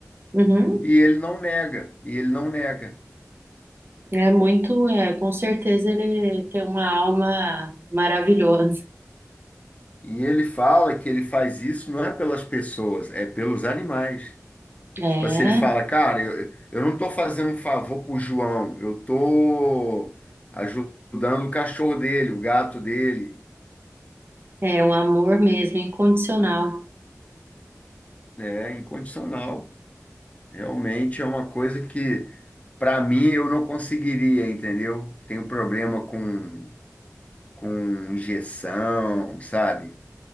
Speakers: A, on the right; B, on the left.
A: Uhum.
B: e ele não nega, e ele não nega.
A: É muito, é, com certeza ele tem uma alma maravilhosa.
B: E ele fala que ele faz isso não é pelas pessoas, é pelos animais.
A: É,
B: Tipo assim, ele fala, cara, eu, eu não estou fazendo um favor pro João, eu estou ajudando o cachorro dele, o gato dele.
A: é um amor mesmo, incondicional.
B: É incondicional. Realmente é uma coisa que, para mim, eu não conseguiria, entendeu? Tenho problema com, com injeção, sabe?